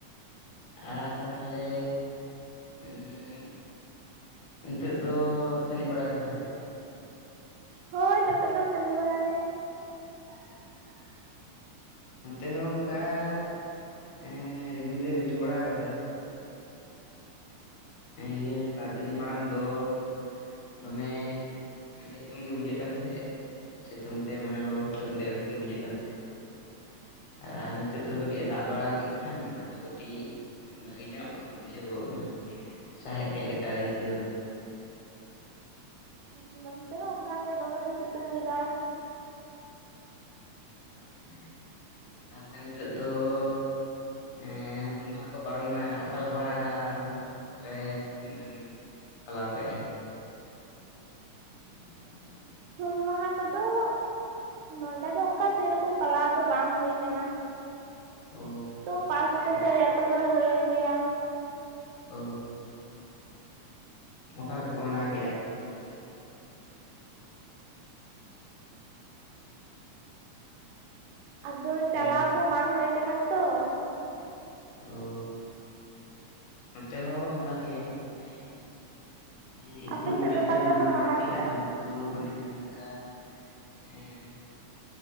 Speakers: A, on the left (about 75°); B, on the right (about 85°).
A: ᱟᱨ ᱛᱟᱦᱚᱞᱮ ᱩᱸᱻ ᱱᱤᱛᱚᱜ ᱫᱚ ᱠᱷᱟᱹᱞᱤ ᱵᱟᱲᱟ ᱜᱮ ᱛᱟᱦᱟᱞᱮ?
B: ᱦᱳᱭ ᱱᱤᱛᱚᱜ ᱫᱚ ᱠᱷᱟᱹᱞᱤ ᱵᱟᱲᱟ ᱜᱮ। <inaudible>
A: ᱱᱚᱛᱮ ᱦᱚᱸ ᱚᱱᱠᱟ ᱼᱼ ᱦᱮᱸᱻ ᱨᱤᱢᱤᱞ ᱫᱚᱭ ᱨᱤᱢᱤᱞ ᱵᱟᱲᱟ ᱟᱠᱟᱫᱟ। ᱤᱭᱟᱹ ᱵᱟᱨᱯᱮ ᱫᱤᱱ ᱢᱟᱲᱟᱝ ᱫᱚ ᱼᱼ ᱫᱚᱢᱮ ᱥᱤᱛᱩᱝ ᱜᱮ ᱵᱩᱡᱷᱟᱹᱜ ᱠᱟᱱ ᱛᱟᱦᱮᱸᱫ। ᱥᱤᱛᱩᱝ ᱛᱮ ᱢᱟᱱᱮ ᱞᱚᱞᱚ ᱥᱤᱛᱩᱝ ᱛᱮ ᱟᱹᱲᱤᱥᱜᱮ ᱵᱩᱡᱷᱟᱹᱜ ᱠᱟᱱ ᱛᱟᱦᱮᱸᱜ। ᱟᱨ ᱱᱤᱛᱳᱜ ᱫᱚ ᱠᱟᱹᱴᱤᱡᱼ ᱮ ᱫᱟᱜ ᱵᱟᱲᱟ ᱠᱮᱫ ᱠᱷᱟᱱ ᱟᱫᱚ ᱠᱟᱹᱴᱤᱡ ᱼᱼ ᱵᱷᱟᱹᱜᱮ ᱧᱚᱜ ᱵᱩᱡᱷᱟᱹᱣ ᱜᱚᱫ ᱱᱟ ᱥᱟᱦᱮᱫ ᱠᱮᱫ ᱞᱮᱠᱟ ᱟᱹᱭᱠᱟᱹᱣ ᱮᱱᱟ।
B: ᱦᱮᱸ ᱱᱚᱱᱛᱮ ᱦᱚᱸ ᱚᱱᱠᱟ ᱜᱮ ᱫᱚᱢᱮ ᱜᱮ ᱥᱤᱛᱩᱝ ᱞᱮᱫᱟᱭ।
A: <inaudible> ᱢᱮᱱᱠᱷᱟᱱ <inaudible> ᱱᱤᱛᱳ ᱫᱚ ᱼᱼ ᱮᱸᱻ ᱦᱩᱞ ᱢᱟᱦᱟ ᱠᱚ ᱯᱟᱨᱚᱢᱱᱟ ᱚᱠᱟᱞᱮᱠᱟ ᱦᱩᱞ ᱢᱟᱦᱟ ᱠᱚᱯᱮ ᱚᱢᱻᱻ ᱯᱟᱞᱟᱣ ᱠᱮᱜᱼᱟ <inaudible>
B: ᱦᱩᱞ ᱢᱟᱦᱟ ᱠᱚᱫᱚ ᱼᱼ ᱱᱚᱰᱮ ᱫᱚ ᱚᱱᱠᱟ ᱥᱮᱨᱚᱠᱚᱢ ᱯᱟᱞᱟᱣ ᱫᱚ ᱵᱟᱝ ᱦᱩᱭ ᱠᱟᱱᱟ।
A: ᱚ
B: ᱛᱚ ᱯᱟᱸᱥ
A: ᱟᱪᱪᱷᱟ
B: ᱵᱚᱪᱷᱚᱨᱤ <unintelligible> ᱟᱛᱳ ᱠᱚᱨᱮ ᱦᱩᱭᱮᱱ ᱜᱮᱭᱟ।
A: ᱚᱻ ᱚᱠᱟ ᱞᱮᱠᱟ ᱠᱚ ᱢᱟᱱᱟᱣ ᱠᱮᱫᱼᱟ ᱛᱟᱦᱚᱞᱮ?
B: ᱟᱫᱚ ᱪᱟᱞᱟᱣ
A: ᱦᱮᱞᱳ
B: ᱠᱚ ᱵᱟᱝ ᱦᱩᱭ ᱠᱟᱱᱟ ᱛᱚ।
A: ᱚ ᱱᱚᱛᱮ ᱦᱚᱸ ᱚᱱᱠᱟᱜᱮ ᱢᱟᱱᱮ ᱮᱸ ᱤᱥᱠᱩᱞ
B: ᱟᱯᱮ
A: ᱠᱚᱨᱮᱫ
B: ᱥᱮᱫ ᱫᱚ ᱚᱠᱟ
A: ᱞᱮ
B: ᱞᱮᱠᱟ
A: ᱢᱟᱱᱟᱣ
B: ᱠᱚ
A: ᱵᱟᱲᱟ ᱠᱮᱜᱼᱟ᱾
B: ᱠᱮᱫᱟ
A: ᱟᱫᱚ ᱢᱟᱱᱮ ᱡᱟᱦᱟᱸ ᱞᱮᱠᱟ ᱮᱸᱜ